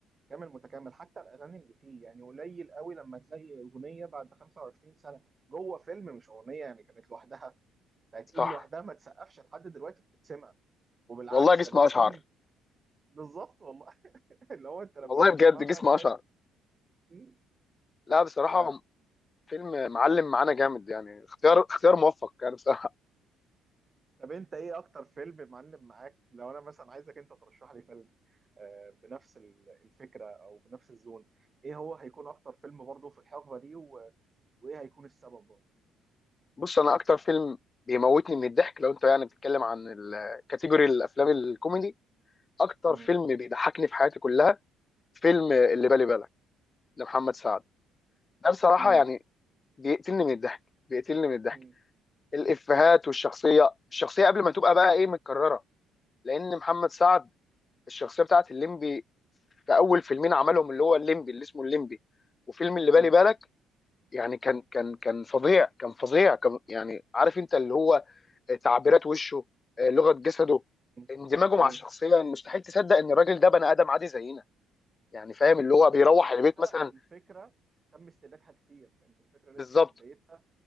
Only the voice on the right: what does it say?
كامل متكامل حتى الاغاني اللي فيه يعني قليل قوي لما تلاقي اغنيه بعد 25 سنه جوه فيلم مش اغنيه يعني كانت لوحدها يعني
ايد لوحدها ما تسقفش لحد دلوقتي بتتسمع وبالعكس
ده بتكون
بالظبط والله <laughs> اللي هو انت لما
هتسمعها
فاهم
مم. ف...
ف...
طب انت ايه اكتر فيلم معلم معاك لو انا مثلا عايزك انت ترشح لي فيلم آه، بنفس ال- الفكره او بنفس الزون ايه هو هيكون اكتر فيلم برضه في الحقبه دي و... وايه هيكون السبب برضه
مم.
مم.
مم.
مم.
مم.
مم.
ايوه
وما
كانتش
لسه
الفكره تم استهلاكها كتير كانت الفكره
لسه في بدايتها